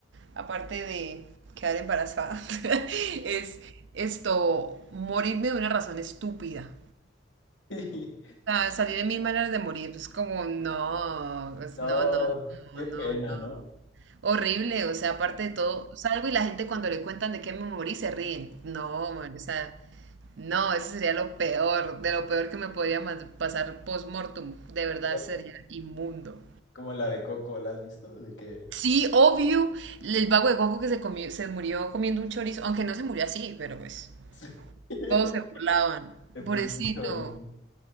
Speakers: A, on the right (about 75°); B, on the left (about 85°).
A: aparte de quedar embarazada, <laughs> es esto, morirme de una razón estúpida.
B: Y,
A: sea, salir en mil maneras de morir, es como, no, pues,
B: No,
A: no, no,
B: qué
A: no, no,
B: pena,
A: no.
B: ¿no?
A: Horrible, o sea, aparte de todo, salgo y la gente cuando le cuentan de qué me morí se ríen. No, man, o sea, no, eso sería lo peor, de lo peor que me podría ma- pasar post-mortem. De verdad
B: Como,
A: sería inmundo.
B: como la de Coco, ¿la has visto? De que
A: Sí, obvio, el vago de Goku que se comió, se murió comiendo un chorizo, aunque no se murió así, pero pues,
B: sí, <laughs>
A: todos se burlaban.
B: te pusieron
A: Pobrecito,
B: chorizo.